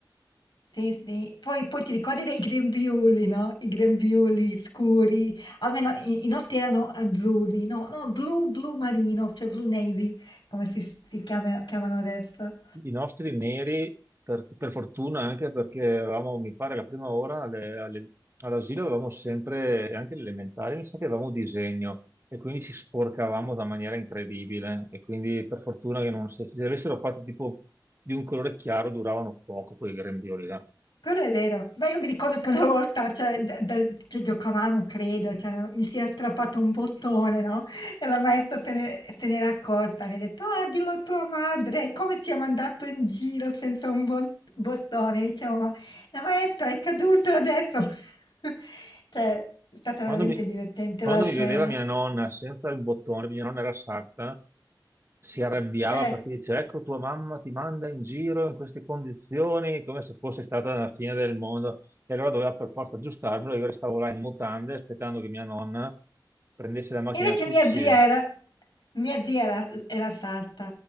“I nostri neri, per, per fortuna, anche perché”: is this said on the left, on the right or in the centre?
Right